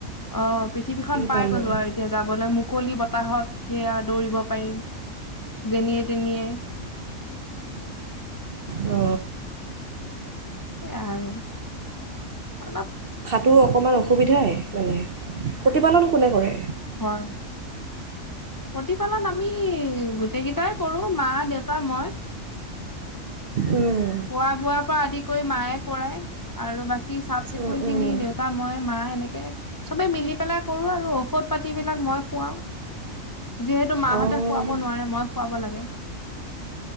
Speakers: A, on the left; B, on the right.
A: অ পৃথিৱীখন
B: কি
A: পাই
B: পালোঁ
A: গ'লো আৰু এতিয়া যাবলৈ মুকলি বতাহত এয়া দৌৰিব পাৰিম। যেনিয়ে, তেনিয়ে
B: অ।
A: এ আৰু অলপ
B: তো অকণমান অসুবিধাই মানে, প্ৰতিপালন কোনে কৰে?
A: হয়। প্ৰতিপালন আমি গোটেই কেইটাই কৰোঁ- ম, দেউতা, মই।
B: উম,
A: খোৱা বোৱাৰ পৰা আদি কৰি মায়ে কৰাই আৰু বাকী কি চাফ-চিকুনখিনি
B: উম, উম।
A: দেউতা, মই, মা এনেক <unintelligible> চবে মিলি পেলাই কৰোঁ আৰু ঔষধ পাতি বিলাক মই খুৱাও। যিহেতু মাহঁতে
B: অঁ
A: খুৱাব নোৱাৰে মই খোৱাব লাগে